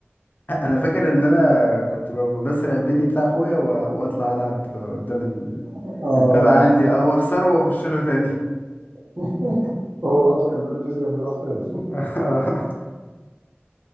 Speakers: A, on the left; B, on the right.
A: <laughs> انا فاكر ان انا كنت ب- بسرق البلي بتاع اخويا و- واطلع العب قدام ال-
B: اه
A: الباب عندي اه واخسره واخش له تاني
B: <laughs> هو برضه كان بيقول لي بيتي كان بيروح فين
A: <laughs>